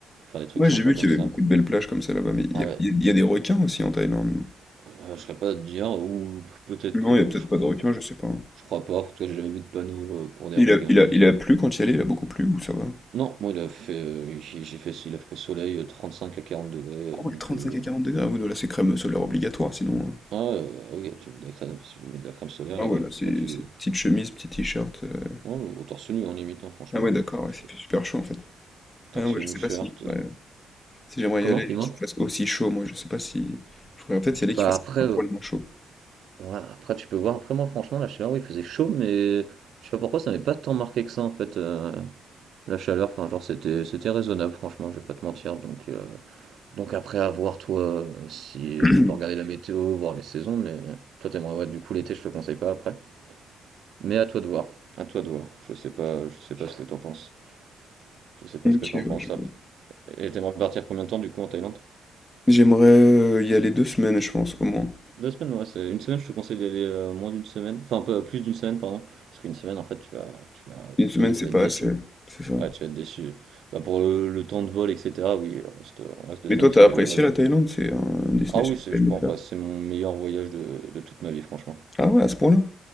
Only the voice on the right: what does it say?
Faire des trucs
sympas
comme
ça.
Ah
ouais,
euh, je serais pas à te dire, ou peut-être
que. oh,
je crois,
je crois pas. Toi, j'ai jamais vu de panneau euh, pour des
requins,
juste
des. pa-
Non, moi, il a fait, euh, j'ai j'ai fait, il a fait soleil euh, cinq à 40 degrés,
euh, limite
tous les jours.
Ah, ouais, euh, ok, tu mets de la crème, tu mets de la crème solaire
et,
et tu,
Ouais, au torse nu en limite, hein, franchement.
Tu peux-
Torse
nu,
shirt.
euh.
Comment,
dis-moi?
Bah
après,
euh,
ouais, après tu peux voir. Après moi, franchement, la chaleur, oui, il faisait chaud, mais je sais pas pourquoi ça m'avait pas tant marqué que ça en fait. euh, La chaleur, enfin genre c'était c'était raisonnable, franchement, je vais pas te mentir. Donc euh, donc après à voir toi euh, si euh,
tu peux regarder la météo, voir les saisons, mais toi t'aimerais ouais, du coup l'été, je te conseille pas après. Mais à toi de voir. À toi de voir. Je sais pas, je sais pas ce que t'en penses. Je sais pas
ce que t'en
penses.
après.
Et t'aimerais partir combien de temps du coup en Thaïlande?
Deux semaines, ouais, c'est une semaine, je te conseille d'y aller euh, moins d'une semaine, enfin un peu euh, plus d'une semaine, pardon, parce qu'une semaine, en fait, tu vas, tu vas,
limite,
tu vas
être déçu.
Ouais, tu vas être déçu. Bah, pour le, le temps de vol, etc., oui, on reste, on reste deux
semaines
parce que
le vol.
Ah oui,
c'est,
je
pense,
bah, c'est mon meilleur voyage de, de toute ma vie, franchement.